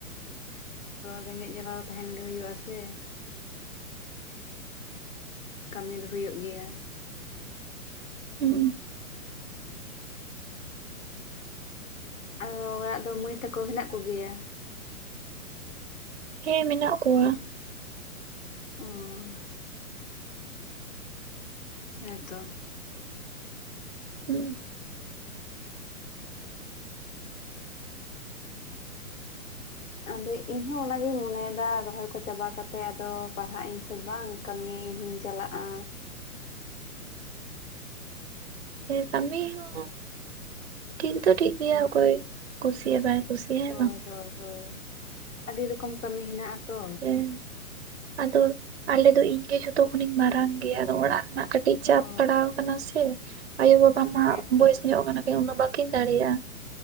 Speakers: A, on the left; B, on the right.
A: ᱨᱮᱸᱜᱮᱡ ᱡᱟᱞᱟ ᱫᱚ ᱛᱟᱦᱮᱱ ᱜᱮ ᱦᱳᱭᱳᱜ ᱟ ᱥᱮ ᱠᱟᱹᱢᱤ ᱫᱚ ᱦᱳᱭᱳᱜ ᱜᱮᱭᱟ᱾
B: ᱦᱩᱸ
A: ᱟᱫᱚ ᱚᱲᱟᱜ ᱫᱚ ᱢᱟᱹᱭ ᱛᱮᱠᱚ ᱦᱮᱱᱟᱜ ᱠᱚ ᱜᱮᱭᱟ
B: ᱦᱮᱸ ᱢᱮᱱᱟᱜ ᱠᱚᱣᱟ
A: ᱚᱸ ᱦᱮᱸ ᱛᱚ
B: ᱦᱩᱸ
A: ᱟᱫᱚ ᱤᱧ ᱦᱚ ᱚᱱᱟ ᱜᱤᱧ ᱢᱚᱱᱮ ᱫᱟ ᱨᱚᱦᱚᱭ ᱠᱚ ᱪᱟᱵᱟ ᱠᱟᱛᱮᱫ ᱟᱫᱚ ᱯᱟᱲᱦᱟᱜ ᱟᱹᱧ ᱥᱮ ᱵᱟᱝ ᱠᱟᱹᱢᱤ ᱤᱧ ᱦᱚᱸᱧ ᱪᱟᱞᱟᱜᱼᱟ
B: ᱦᱮ ᱠᱟᱹᱢᱤ ᱦᱚᱸ ᱴᱷᱤᱠ ᱫᱚ ᱴᱷᱤᱠ ᱜᱮᱭᱟ ᱚᱠᱚᱭ ᱠᱩᱥᱤ ᱵᱟᱭ ᱠᱩᱥᱤᱭᱟᱜ ᱦᱮᱸ
A: ᱦᱳᱭ
B: ᱵᱟᱝ
A: -ᱦᱳᱭ-ᱦᱳᱭ ᱟᱹᱰᱤ ᱨᱮᱠᱚᱢ ᱠᱟᱹᱢᱤ ᱦᱮᱱᱟᱜᱼᱟᱛᱚ
B: ᱦᱮᱸ ᱟᱫᱚ ᱟᱞᱮ ᱫᱚ ᱤᱧ ᱜᱮ ᱡᱚᱛᱚ ᱠᱷᱚᱱᱤᱧ ᱢᱟᱨᱟᱝ ᱜᱮᱭᱟ ᱟᱫᱚ ᱚᱲᱟᱜ ᱨᱮᱱᱟᱜ ᱠᱟᱹᱴᱤᱡ ᱪᱟᱯ
A: ᱚ
B: ᱯᱟᱲᱟᱣ ᱟᱠᱟᱱᱟ ᱥᱮ ᱟᱭᱳ-ᱵᱟᱵᱟ ᱢᱟ
A: ᱦᱮᱸᱛᱚ
B: ᱵᱚᱭᱮᱥ ᱧᱚᱜ ᱠᱟᱱᱟ ᱩᱱᱟᱹᱜ ᱵᱟ. ᱠᱤᱱ ᱫᱟᱲᱮ ᱭᱟᱜᱼᱟ᱾